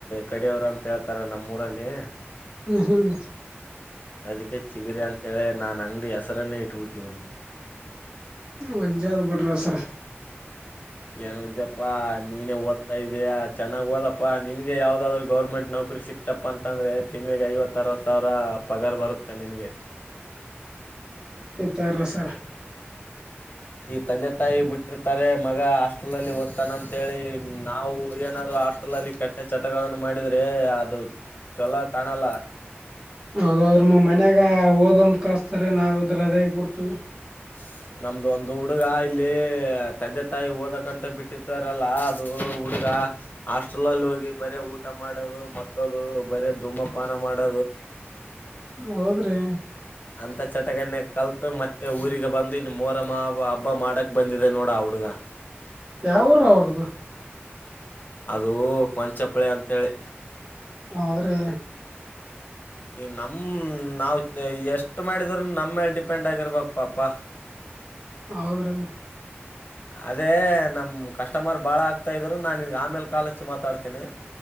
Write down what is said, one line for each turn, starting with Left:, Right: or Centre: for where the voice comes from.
Left: ಕಡೆಯವರು ಅಂತ ಹೇಳ್ತಾರೆ ನಮ್ಮೂರ್ ರಲ್ಲಿ
Right: ಹ್ಮ್ ಹ್ಮ್
Left: ಅದಿಕ್ಕೆ ಚಿಗರಿ ಅಂತೇಳಿ ನನ್ ಅಂಗಡಿ ಹೆಸರನ್ನೇ ಇಟ್ಬಿಟ್ಟಿದೀನಿ.
Right: ಮಜ್ಜಾದ ಬಿಡ್ರಿ ಸರ.
Left: ಏನು ಉಜ್ಜಪ್ಪಾ ನೀನೇ ಓದ್ತಾ ಇದೀಯ ಚೆನ್ನಾಗ್ ಓದಪ್ಪಾ, ನಿನ್ಗೆ ಯಾವ್ದಾದ್ರು ಗೌರ್ಮೆಂಟ್ ನೌ ಕರಿ ಸಿಕ್ತಪ್ಪ ಅಂತಂದ್ರೆ ತಿಂಗಗಳಿಗೆ ಐವತ್ತ ಅರವತ್ತು ಸಾವಿರ ಪಗಾರ್ ಬರುತ್ತೆ ನನ್ಗೆ
Right: ಸರ ಸರ
Left: ಈ ತಂದೆ ತಾಯಿ ಬಿಟ್ಟಿರ್ತಾರೆ ಮಗ ಹಾಸ್ಟೆಲ್ ಅಲ್ಲಿ ಓದ್ತಾನ ಅಂತೇಳಿ ನಾವು ಏನ ಹಾಸ್ಟೆಲ್ಲ್ಲಿ ಕೆಟ್ಟ ಚಟಗಳನ್ನು ಮಾಡಿದ್ರೆ ಅದು ಚೊಲೋ ಕಾಣಲ್ಲ
Right: ಹೌದದ್ರ ಮ ಮನ್ಯಾಗ ಓದಂತ ಕಳಸ್ತಾರೆ ನಾವವು ಇದ್ರ ಅದೇಗ್ ಬಿಡ್ತವಿ
Left: ಹ ನಮ್ದು ಒಂದು ಹುಡುಗ ಇಲ್ಲಿ ತಂದೆ ತಾಯಿ ಓದಕಂತ ಬಿಟ್ಟಿದ್ದಾರಲ್ಲಾ ಅದು ಹುಡುಗ ಆ ಹಾಸ್ಟಲಲ್ ಹೋಗಿ ಬರೆ ಊಟ ಮಾಡೋದು, ಮಕ್ಕದು, ಬರೇ ಧೂಮಪಾನ ಮಾಡ್
Right: ಹೌದ್ರಿ
Left: ಅಂತ ಚಟಗನ್ನ ಕಲ್ತು ಮ ಊರಿಗೆ ಬಂದು ಇಲ್ಲಿ ಮೋರಮ್ಮ ಹಬ್ಬ ಮಾಡಕ್ ಬಂದಿದೆ ನೋಡ ಹಡ್ಗ
Right: ಯಾವರ ಅವ್ರದು
Left: ಅದು ಕೊಂಚಪ್ಳೆ ಅಂತೇಳಿ
Right: ಆದರೆ
Left: ಹ ಈಗ ನಮ ನಾವ್ ಎಷ್ಟ್ ಮಾಡಿದ್ರರು ನಮ್ಮೇಲೆ ಡಿಪೆಂಡ್ ಆಗಿರ್ಬಪಾಪಾ
Right: ಹೌದ್ರೀ
Left: ಅದೇ ನಮ್ಮ ಕಸ್ಟಮರ್ ಭಾಳ ಆಗ್ತಾ ಇದ್ರು ನಾನು ನಿನಗೆ ಆಮೇಲೆ ಕಾಲಚ್ಚು ಮಾತಾಡ್ತೀನಿ